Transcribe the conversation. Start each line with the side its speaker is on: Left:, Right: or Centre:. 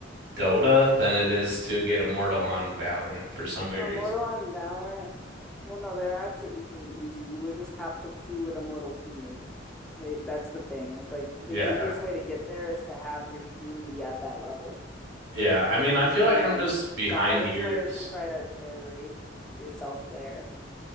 Right: Dota than it is to get immortal on Valorant for some weird
Centre: Uh, Immortal
Right: reason.
Centre: on Valorant. Well, no, they're actually equally easy. You would just have to queue with Immortal teammates, right? That's the thing, is like the
Right: Yeah.
Centre: easiest way to get there is to have your team be at that level.
Right: Yeah. I
Centre: You know
Right: mean,
Centre: what I mean?
Right: I feel
Centre: And
Right: like I'm
Centre: then
Right: just behind
Centre: the hardest
Right: years.
Centre: way is to try to carry yourself there